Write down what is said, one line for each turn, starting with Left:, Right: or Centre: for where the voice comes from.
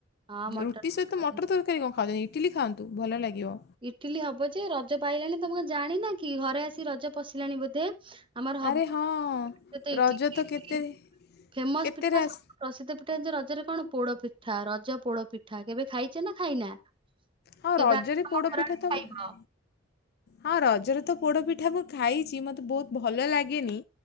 Right: ହଁ ମଟର
Left: ରୁଟି
Right: ତରକାରୀ।
Left: ସହିତ ମଟର ତର କାରୀ କଣ ଖାଉଚନ୍ତି ଇଟିଲି ଖଆନ୍ତୁ ଭଲ ଲାଗିବ।
Right: ଇଟିଲି ହବ ଯେ ରଜ ପା ଆଇଲାଣି ତମେ ଜାଣିନା କି ଘରେ ଆସି ରଜ ପଶିଲାଣି ବୋଧେ। ଆମର ହବ
Left: ଆରେ ହଁ
Right: <unintelligible>
Left: ରଜ ତ କେତେ
Right: ଫେମସ୍
Left: କେତେରେ
Right: ପିଠା
Left: ଆସ
Right: ସବୁ ପ୍ରସିଦ୍ଧ ପିଠା ଏ ଯ ରଜରେ କଣ ପୋଡ଼ପିଠା ରଜ ପୋଡ଼ପିଠା କେବେ ଖାଇଛେ ନା ଖାଇନା?
Left: ହଁ
Right: କେବେ
Left: ରଜରେ
Right: ଆସ ଆମ
Left: ପୋଡ
Right: ଘର
Left: ପିଠା
Right: ଆଡେ
Left: ତ
Right: ଖାଇବ।
Left: ମ ହଁ ରଜରେ ତ ପୋଡ ପିଠା ମୁଁ ଖାଇଛି ମତେ ବହୁତ ଭଲ ଲାଗେନି।